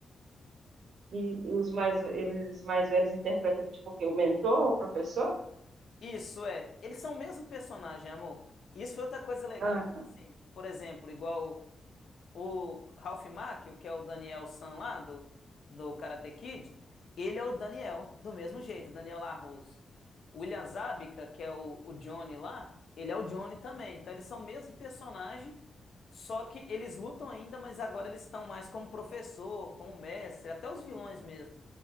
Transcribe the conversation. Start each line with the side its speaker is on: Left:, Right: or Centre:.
Right: E, e os mais, eles mais velhos interpretam, tipo, o quê? O mentor, o professor?
Left: Isso é, eles são o mesmo personagem, amor. Isso foi outra coisa legal.
Right: Ah,
Left: Então,
Right: tá.
Left: assim, por exemplo, igual O Ralph Macchio, que é o Daniel San lá do, do Karate Kid, ele é o Daniel, do mesmo jeito, Daniel Larusso. O William Zabka, que é o, o Johnny lá, ele é o Johnny também. Então eles são o mesmo personagem, só que eles lutam ainda, mas agora eles estão mais como professor, como mestre, até os vilões mesmo.